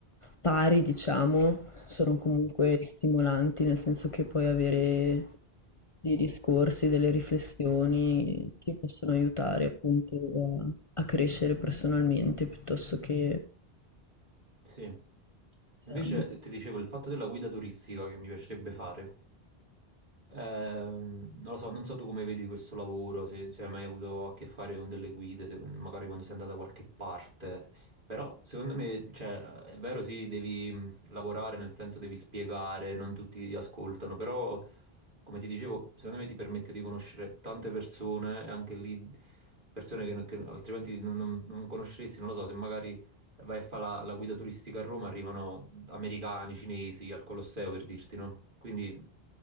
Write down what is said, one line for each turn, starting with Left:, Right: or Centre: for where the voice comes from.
Left: pari, diciamo, sono comunque stimolanti, nel senso che puoi avere dei discorsi, delle riflessioni che possono aiutare appunto a, a crescere personalmente piuttosto che
Right: Sì.
Left: in
Right: Invece
Left: altri ambiti.
Right: eh, ti dicevo il fatto della guida turistica che mi piacerebbe fare. Ehm, non lo so, non so tu come vedi questo lavoro, se, se hai mai avuto a che fare con delle guide, se- magari quando sei andato da qualche parte. Però secondo me, cioè, è vero, sì, devi mh, lavorare, nel senso devi spiegare, non tutti ti ascoltano, però come ti dicevo, secondo me ti permette di conoscere tante persone e anche lì persone che, che altrimenti non, non non conosceresti, non lo so, se magari vai a fare la, la guida turistica a Roma, arrivano americani, cinesi al Colosseo per dirti, no? Quindi,